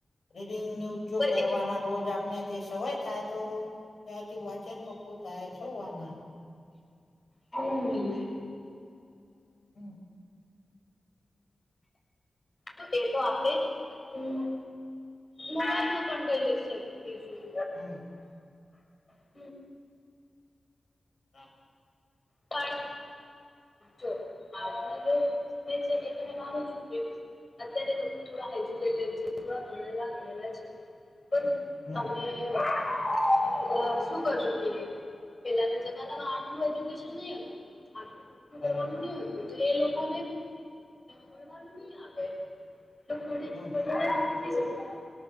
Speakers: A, on the left; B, on the left.
A: રીડિંગ ન્યુઝ જો
B: પણ
A: કરવાના રોજ આપને- તે સવાય થાય તો ત્યાંથી વાચન પક્કું થાય સવાના-
B: હમ્મ.
A: હમ
B: તો એ તો આપડે હમ્મ મોબાઈલમાં પણ કઈએ છે. એ શું
A: હમ
B: <unintelligible>
A: હા. <inaudible>
B: પણ જો આજનો જો સમય છે એ તમે માનું છું કે- અત્યારે લોકો થોડા એજ્યુકેટેડ છે થોડા ભણેલા ગણેલા છે. પણ-
A: હમ
B: તમને- <unintelligible> શું કરજો કે પેલાના જમાનામાં આટલું બધું જ- વેકેશન નહી હોય આટલું
A: બરાબર
B: બધું ગણવાનું નહિ હોતું તો એ લોકોને ભણવાનું નહી આવે- એ લોકો ભણી
A: હમ
B: શકે તો